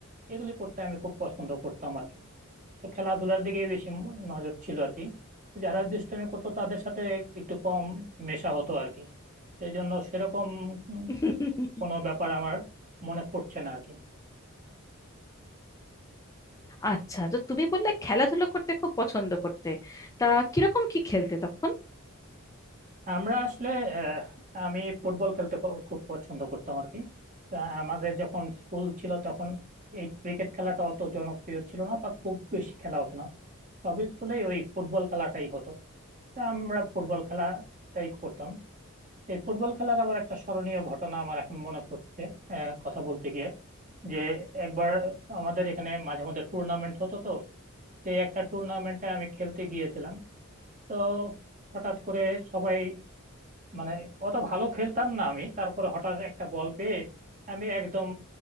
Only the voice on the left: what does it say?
<laughs>
আচ্ছা তো তুমি বললে খেলাধুলো করতে খুব পছন্দ করতে তা কিরকম কি খেলতে তখন